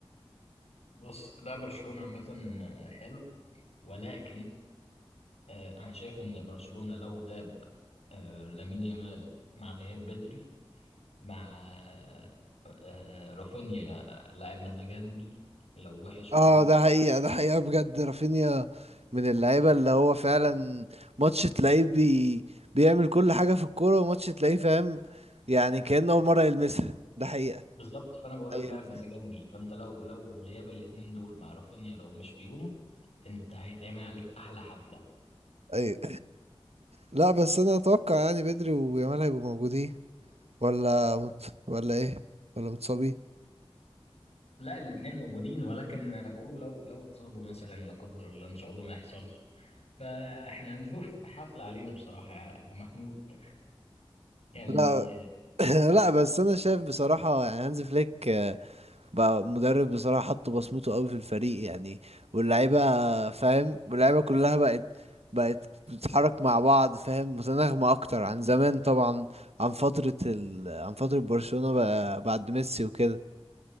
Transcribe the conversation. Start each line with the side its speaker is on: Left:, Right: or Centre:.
Left: بص ده برشلونة عامة آه، حلو ولكن آه انا شايف ان برشلونة لو غاب آه لامين يامال مع غياب بدري مع آه، رافينيا لاعب مزاجنجي لو وحش في
Right: اه
Left: الماتش
Right: ده حقيقه ده حقيقه بجد رافينيا من اللعيبه اللي هو فعلا ماتش تلاقيه بي بيعمل كل حاجه في الكوره وماتش تلاقيه فاهم يعني كأنه اول مره يلمسها ده حقيقه
Left: بالظبط فانا بقول
Right: ايوه
Left: لك لاعب مزاجنجي فانت لو لو غياب الاثنين دول مع رافينيا لو مش في يومه انت هيتعمل عليك احلى حفله
Right: ايوه لا بس انا اتوقع يعني بدري ويامال هيبقوا موجودين ولا مت... ولا ايه ولا متصابين
Left: لا الاثنين موجودين ولكن انا بقول لو لو اتصابوا مثلا لا قدر الله ان شاء الله ما يحصلش فاحنا هنشوف حفله علينا بصراحه يا يا محمود يعني
Right: لا <clears throat>
Left: طب
Right: لا بس انا شايف بصراحه يعني هانز فليك آه، بقى مدرب بصراحه حط بصمته قوي في الفريق يعني واللعيبه فاهم واللعيبه كلها بقت بقت بتتحرك مع بعض فاهم متناغمه اكتر عن زمان طبعا عن فتره ال... عن فتره برشلونه بقى بعد ميسي وكده